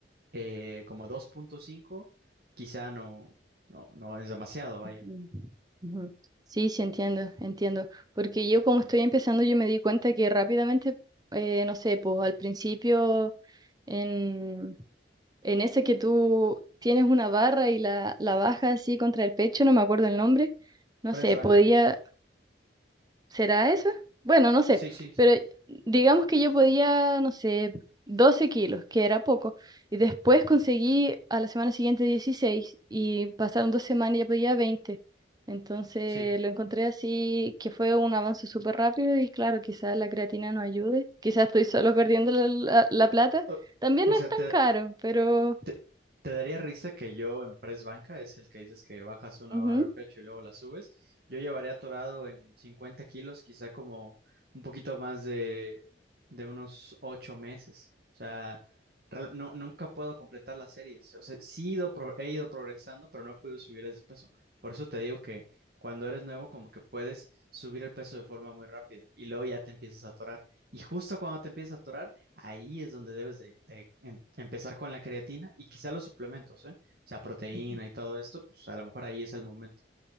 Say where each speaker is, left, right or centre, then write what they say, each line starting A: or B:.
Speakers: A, on the right; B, on the right.
A: eh, como dos punto cinco quizá no, no, no es demasiado, vaya.
B: Ujú. Ujú. Sí, sí, entiendo, entiendo. Porque yo como estoy empezando, yo me di cuenta que rápidamente, eh, no sé, pues al principio, en, en ese que tú tienes una barra y la, la bajas así contra el pecho, no me acuerdo el nombre, no
A: Pero
B: sé,
A: es banca.
B: podía ¿Será eso? Bueno, no sé,
A: Sí, sí,
B: pero digamos que yo podía, no sé, 12 kilos, que era poco, y después conseguí a la semana siguiente 16 y pasaron dos semanas y ya podía veinte, Entonces
A: sí.
B: lo encontré así, que fue un avance súper rápido y claro, quizás la creatina no ayude, quizás estoy solo perdiendo la, la- la plata.
A: O,
B: También
A: o
B: no
A: sea,
B: es tan
A: te,
B: caro, pero...
A: ¿Te, te daría risa que yo en press banca, es el que dices que bajas una
B: ujú.
A: barra al pecho y luego la subes? Yo llevaría atorado en 50 kilos, quizá como un poquito más de, de unos 8 meses. O sea, real- no, nunca puedo completar las series. O sea, sí he ido, pro- he ido progresando, pero no he podido subir ese peso. Por eso te digo que cuando eres nuevo, como que puedes subir el peso de forma muy rápida y luego ya te empiezas a atorar. Y justo cuando te empiezas a atorar, ahí es donde debes de, de en- empezar con la creatina y quizá los suplementos, ¿eh? O sea, proteína
B: Ujú.
A: y todo esto, pues a lo mejor ahí es el momento.